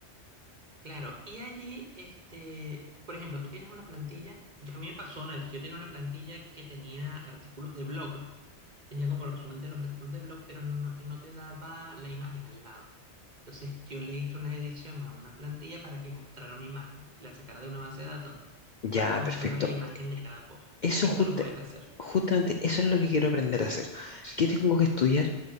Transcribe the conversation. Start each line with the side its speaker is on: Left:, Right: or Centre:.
Right: claro. Y allí, este, por ejemplo, tú tienes una plantilla. Yo- a mí me pasó una vez que yo tenía una plantilla que tenía artículos de blog Tenía como el resumen de los artículos de blog, pero no, no te daba la imagen al lado. Entonces yo le hice una edición a una plantilla para que mostrara una imagen, la sacara de una base de datos
Left: Ya,
Right: y mostrara
Left: perfecto.
Right: la imagen de cada post.
Left: Eso
Right: Eso
Left: justa-
Right: lo puedes hacer.
Left: justamente, eso es lo que quiero aprender a hacer. ¿Qué tengo que estudiar